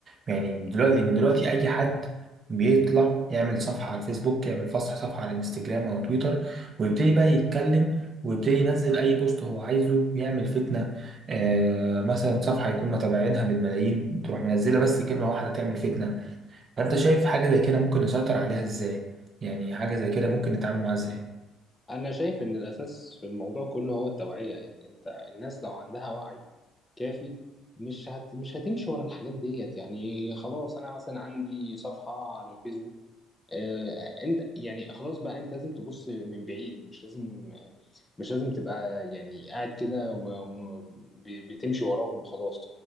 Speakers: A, on the right (about 35°); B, on the left (about 15°).
A: يعني دلوقتي لان دلوقتي اي حد بيطلع يعمل صفحه على الفيسبوك يعمل فصح صفحه على الانستجرام او تويتر ويبتدي بقى يتكلم ويبتدي ينزل اي بوست هو عايزه يعمل فتنه آه مثلا صفحه يكون متابعينها بالملايين تروح منزله بس كلمه واحده تعمل فتنه فانت شايف حاجه زي كده ممكن نسيطر عليها ازاي يعني حاجه زي كده ممكن نتعامل معاها ازاي
B: أنا شايف إن الأساس في الموضوع كله هو التوعية يعني أنت الناس لو عندها وعي كافي مش هت... مش هتمشي ورا الحاجات ديت يعني خلاص أنا مثلا عندي صفحة على الفيسبوك آه... أنت يعني خلاص بقى أنت لازم تبص من بعيد مش لازم مش لازم تبقى يعني قاعد كده وم- ب- بتمشي وراهم وخلاص